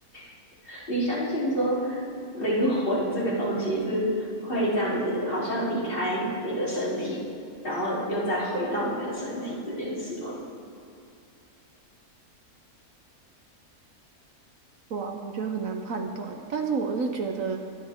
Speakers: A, on the left; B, on the right.
A: <laughs> 你相信说灵魂这个东西是会这样子，好像离开你的身体，然后又再回到你的身体这件事吗？
B: 哇，我觉得很难判断欸但是我是觉得，